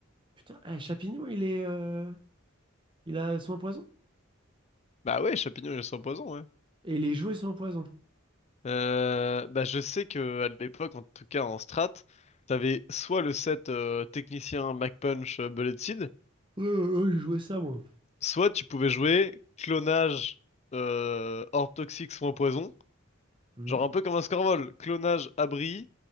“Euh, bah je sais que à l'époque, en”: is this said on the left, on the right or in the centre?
Left